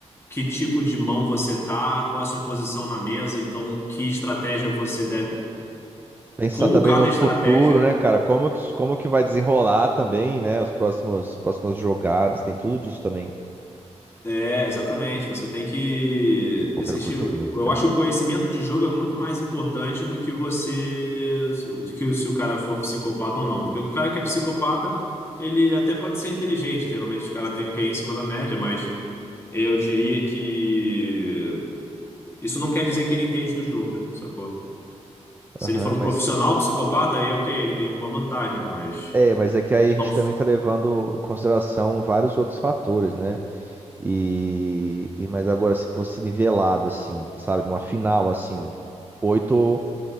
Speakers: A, on the left; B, on the right.
A: que tipo de mão você tá, qual é a sua posição na mesa, então que estratégia você deve.
B: Pensar
A: Como
B: também
A: cada
B: no futuro,
A: estratégia
B: né, cara? Como que, como que vai desenrolar também, né? Os próximos, próximas jogadas, tem tudo disso também.
A: É, exatamente. Você tem que.
B: Poker
A: Existe.
B: eu curto
A: Eu
B: muito, cara.
A: acho que o conhecimento de jogo é muito mais importante do que você. Do que se o cara for psicopata ou não. Porque o cara que é psicopata, ele até pode ser inteligente. Geralmente os caras têm o que é em cima da média, mas eu diria que. Isso não quer dizer que ele entende do jogo, sacou? Se
B: Aham,
A: ele for um
B: mas
A: profissional psicopata, aí ok, ele tem alguma vantagem, mas.
B: É, mas é que aí a gente
A: só
B: também está levando em consideração vários outros fatores, né? E, e- mas agora se fosse nivelado assim, sabe, numa final assim, oito,